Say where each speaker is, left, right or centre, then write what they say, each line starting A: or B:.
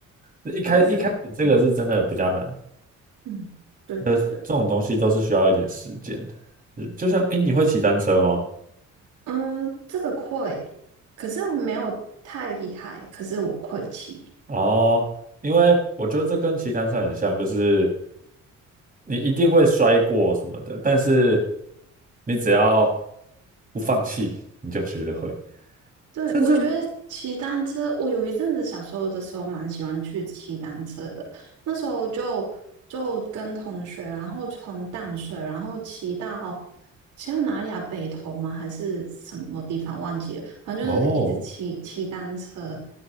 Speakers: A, on the right (about 30°); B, on the right (about 75°).
A: 一开一开始这个是真的比较难，
B: 就是嗯嗯，对对对，
A: 这种东西都是需要一点时间的。是就像，诶，你会骑单车吗？
B: 嗯，这个会，可是没有太厉害，可是我会骑。
A: 哦，因为我觉得这跟骑单车很像，就是你一定会摔过什么的，但是你只要不放弃，你就学得会。
B: 对，
A: 甚至
B: 我觉得骑单车，我有一阵子小时候的时候蛮喜欢去骑单车的。那时候就就跟同学，然后从淡水，然后骑到骑到哪里啊？北投吗？还是什么地方？忘记了。反正就是一直骑骑单车。
A: 哦，